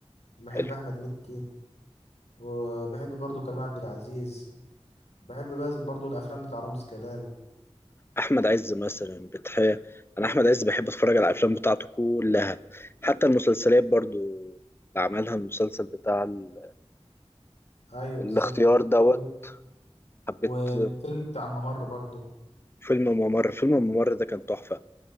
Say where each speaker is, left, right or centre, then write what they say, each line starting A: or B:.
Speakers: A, on the left (about 75°); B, on the left (about 20°).
A: وبحب
B: حلو
A: احمد مكي وبحب برضو كريم عبد العزيز بحب بس- برضو الافلام بتاع رامز جلال
B: احمد عز مثلا بتح... انا احمد عز بحب اتفرج على الافلام بتاعته كلها حتى المسلسلات برضو اللي عملها المسلسل بتاع ال...
A: ايوه
B: الاختيار
A: بالظبط
B: دوت
A: و...
B: حبيت
A: والفيلم بتاع الممر برضو
B: فيلم ممر فيلم ممر ده كان تحفة